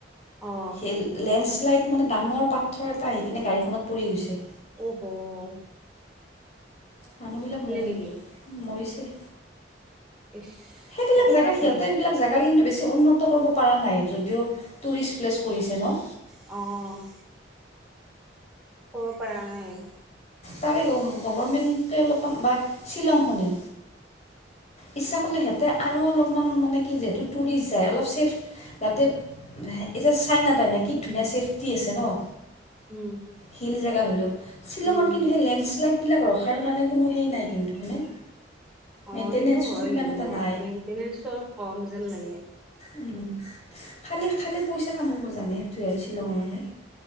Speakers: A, in the centre; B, on the left.
A: অ'
B: সেই লেন্সলাইড মানে ডাঙৰ পাথৰ এটা আহি কিনে গাড়ীখনত পৰি গৈছে।
A: অ' হ'
B: মানুহবিলাক মৰিল,
A: নেকি
B: মৰিছে।
A: ইচ
B: সেইবিলাক
A: এইবিলাকে
B: জেগা সিহঁতে
A: ভয় লাগে
B: এইবিলাক জেগা কিন্তু বেছি উন্নত কৰিব পৰা নাই যদিও টুৰিষ্ট প্লেচ কৰিছে ন'
A: অ' কৰিব পৰা নাই।
B: তাৰে গভৰ্ণমেণ্টে অলপমান বা শ্বিলংখনে ইচ্ছা কৰিলে সিহঁতে আৰু অলপমান মানে কি যিহেতু টুৰিষ্ট যায় অলপ ছেফ যাতে এই যে চাইনা তাইনা কি ধুনীয়া চেফটি আছে ন'।
A: উম
B: হিল জেগা হ'লেও শ্বিলঙত
A: উম
B: কিন্তু সেই লেন্সলাইডবিলাক ৰখাৰ কাৰণে কোনো সেই নাই কিন্তু হয়নে? মেইনটেনেঞ্চটো
A: অ' সেইটো হয়
B: সিমান
A: কিন্তু
B: এটা নাই
A: মেইনটেনেন্স অলপ কম যেন লাগে।
B: উম' খালী-খালী পইচা কমাব জানে, সেইটোৱে আৰু শ্বিলঙৰ মানুহে।